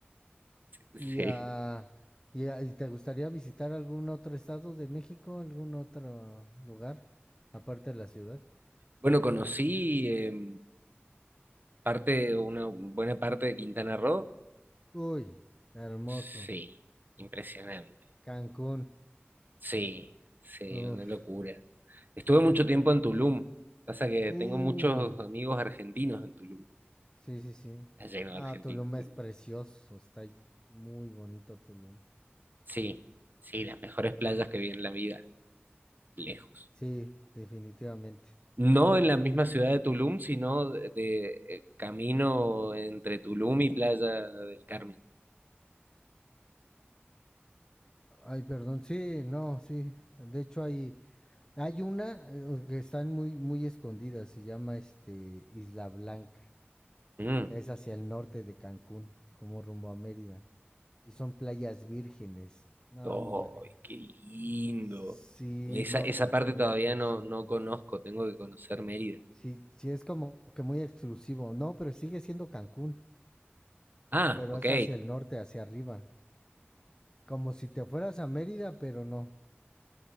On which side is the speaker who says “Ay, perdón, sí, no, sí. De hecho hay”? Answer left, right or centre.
Left